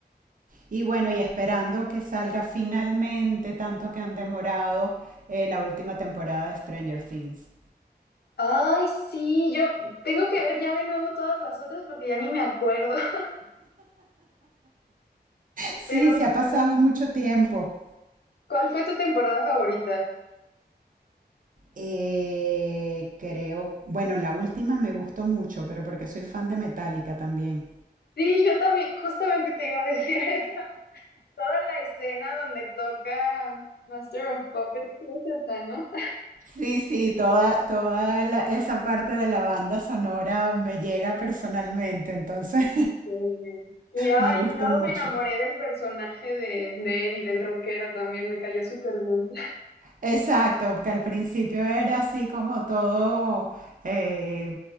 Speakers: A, on the right; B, on the left.
A: Y bueno, y esperando que salga finalmente, tanto que han demorado eh, la última temporada de Stranger Things.
B: Ay, sí, yo tengo que ver ya de nuevo todas las otras porque ya ni me acuerdo, <laughs>
A: Sí,
B: pero
A: se ha pasado
B: sí.
A: mucho tiempo.
B: ¿Cuál fue tu temporada favorita?
A: Eh, creo, bueno, la última me gustó mucho, pero porque soy fan de Metallica también.
B: Sí, yo también, justamente te iba a decir <laughs> eso. Toda la escena donde toca Master of Puppets es esa, ¿no?
A: Sí, sí, toda, toda la- esa parte de la banda sonora me llega personalmente, entonces
B: Eh, Y ay,
A: Me gustó
B: y luego
A: mucho.
B: me enamoré del personaje de, de Eddie, del rockero también, me cayó súper bien.
A: Exacto, que al principio era así como todo, eh,